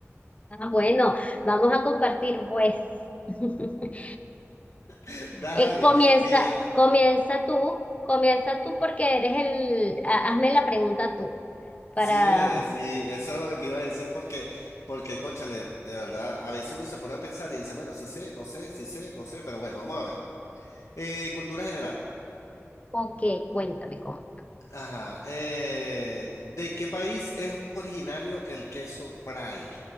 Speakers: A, on the left; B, on the left.
A: Ah, bueno, vamos a compartir, pues. <laughs>
B: <laughs> Dale,
A: Eh, comienza,
B: mira.
A: comienza tú, comienza tú porque eres el, ha- hazme la pregunta tú para,
B: Sí, eh, sí, eso era lo que te iba a decir porque, porque, cónchale, de verdad, a veces uno se pone a pensar y dice, bueno, sí sé, no sé, sí sé, no sé, pero bueno, vamos a ver. Eh, cultura general.
A: ok, cuéntame cómo.
B: Ajá. eh, ¿de qué país es originario el queso brie?